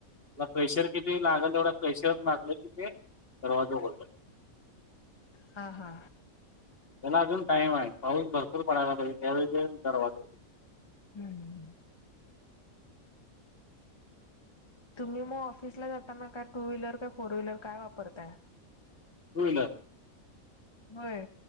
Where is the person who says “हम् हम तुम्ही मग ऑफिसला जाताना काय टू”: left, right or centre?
Left